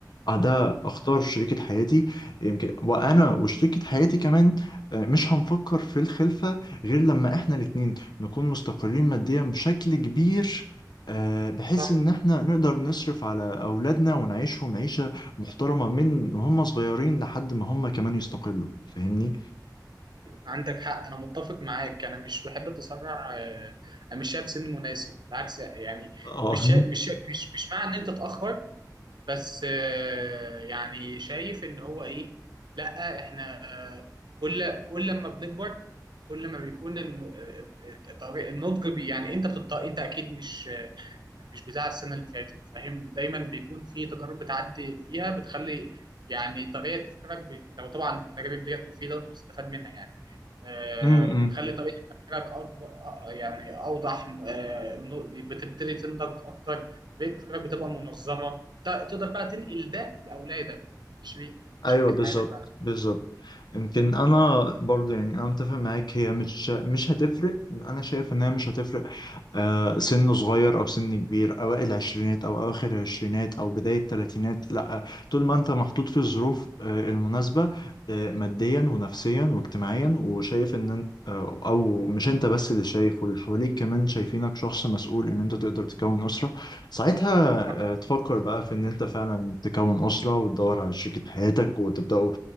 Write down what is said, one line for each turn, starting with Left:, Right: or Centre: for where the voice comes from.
Left: آه، ده اختار شريكة حياتي يمكن وانا وشريكة حياتي كمان آه، مش هنفكر في الخلفة غير لما احنا الاتنين نكون مستقرين ماديا بشكل كبير آه، بحيث
Right: صح
Left: ان احنا نقدر نصرف على اولادنا ونعيشهم عيشة محترمة من هم صغيرين لحد ما هم كمان يستقلوا فاهمني؟
Right: عندك حق انا متفق معاك انا مش بحب التسرع آه، انا مش شايف سن مناسب بالعكس يعني
Left: اه
Right: مش شا- مش شا- مش مش مع ان انت تتاخر بس آه، يعني شايف ان هو ايه لا احنا آه، كل كل لما بنكبر كل ما بيكون الم- آه، الطريق- النضج بي يعني انت بتط... انت اكيد مش مش بتاع السنة اللي فاتت فاهم دايما بيكون في تجارب بتعدي فيها بتخلي يعني طريقة تفكيرك ب... لو طبعا التجارب ديت مفيدة وانت بتستفاد منها يعني آه،
Left: امم
Right: بتخلي طريقة تفكيرك أكبر آه، يعني أوضح آه، نو- بتبتدي تنضج أكتر طريقة تفكيرك بتبقى منظمة ت- تقدر بقى تنقل ده لأولادك لشريك شريكة
Left: ايوه بالظبط
Right: حياتك بعد
Left: بالظبط يمكن انا برضه يعني انا متفق معاك هي مش مش هتفرق انا شايف انها مش هتفرق آه، سنه صغير او سن كبير اوائل العشرينات او اواخر العشرينات او بدايه الثلاثينات لا طول ما انت محطوط في الظروف آه، المناسبه آه، ماديا ونفسيا واجتماعيا وشايف ان انت آه، او مش انت بس اللي شايف واللي حواليك كمان شايفينك شخص مسؤول ان انت تقدر تكون اسره ساعتها آه،
Right: كده.
Left: تفكر بقى في ان انت فعلا تكون اسره وتدور على شريكة حياتك وتبداوا